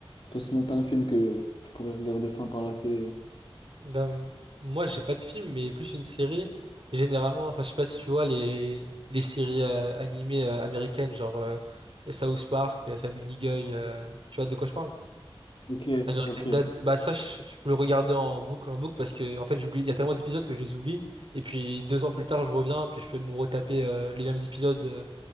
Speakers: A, on the left; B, on the right.
A: Toi, sinon, t'as un film que tu pourrais regarder sans t'enlacer.
B: Ben, moi, j'ai pas de film, mais plus une série. Généralement, enfin, je sais pas si tu vois les, les séries euh, animées euh, américaines, genre euh, South Park, euh, Family Guy, euh, tu vois de quoi je parle?
A: Ok,
B: American
A: ok.
B: Dad, bah ça, je, je peux le regarder en boucle, en boucle, parce que, en fait, j'oublie, il y a tellement d'épisodes que je les oublie. Et puis, deux ans plus tard, je reviens, puis je peux me retaper euh, les mêmes épisodes, euh,